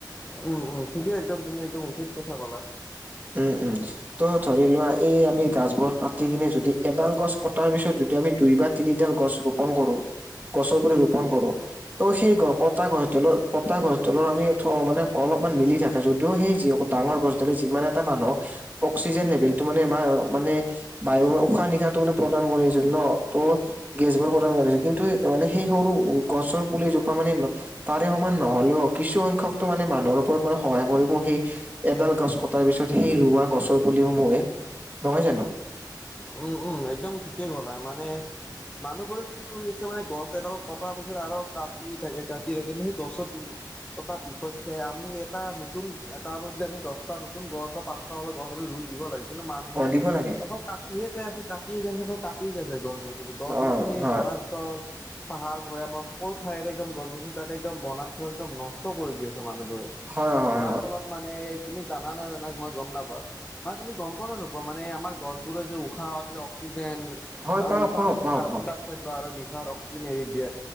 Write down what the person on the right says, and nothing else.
উম' উম '। ত', ধৰি লোৱা, এই আমি গাছবোৰ কাতি কিনে যদি এডাল গছ কটাৰ পিছত, যদি আমি দুইবাৰ তিনিডাল গছ ৰোপন কৰোঁ। গছৰ পুলি ৰোপন কৰোঁ। ত' সেই গ' কটা গছডালৰ, কটা গছডালৰ আমি ঠ, মানে অলপমান মিলি থাকে। যদিও সেই যি হকত ডাঙৰ গছডালে যিমান এটা মানুহক অক্সিজেন লেভেলটো মানে আমাৰ, অ' মানে, বায়ু, উশাহ-নিশাত টো মানে প্ৰদান কৰি আছিল ন। ত' গেছবোৰ প্ৰদান কৰিছে, কিন্তু মানে সেই সৰু গছৰ পুলিজোপা মানে তাৰে সমান নহ'লেও, কিছুসংখ্যকটো মানে মানুহৰ ওপৰত মানে সহায় কৰিব সেই এডাল গছ কটাৰ পিছত সেই ৰোৱা গছৰ পুলিসমূহে, নহয় জানো?
অ দিব লাগে
অ হয়
হয়, হয়।
হয়
হয় পাওঁ
পাওঁ
পাওঁ